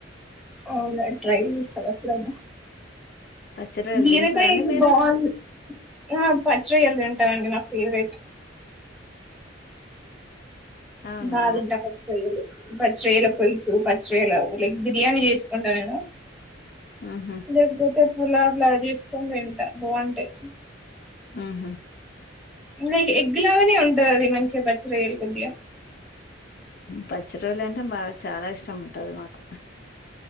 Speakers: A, in the centre; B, on the left.
A: అవునండి ట్రై చేస్తా ఎప్పుడన్న
B: పచ్చిరోలు
A: బీరకాయ
B: తింటారా అండి
A: అయితే
B: మీరు
A: బాగుండు ఆ పచ్చి రొయ్యలు తింటానండి నా ఫేవరెట్
B: అవునా
A: బా తింటా పచ్చి రొయ్యలు పచ్చ రొయ్యల పులుసు పచ్చరొయ్యల లైక్ బిర్యానీ చేసుకుంటా నేను
B: ఉహు
A: లేకపోతే గులాబ్ లా చేసుకొని తింట బాగుంటాయి
B: ఉమ్ హమ్
A: న ఎగ్గులాగానే ఉంటది అది మంచిగా బచ్చరయ్యలు కొద్దిగా
B: పచ్చి రయలు అంటే బాగా చాలా ఇష్టం ఉంటుంది మాకు